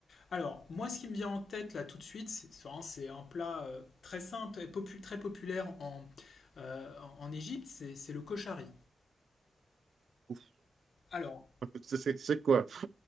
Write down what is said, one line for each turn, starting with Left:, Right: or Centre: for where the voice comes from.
Left: Alors, moi, ce qui me vient en tête là tout de suite, c'est c'est vraiment- c'est un plat euh, très simple et popu- très populaire en, euh, en en Égypte, c'est c'est le koshari.
Right: <laughs>
Left: Alors,
Right: C'est c'est- c'est quoi?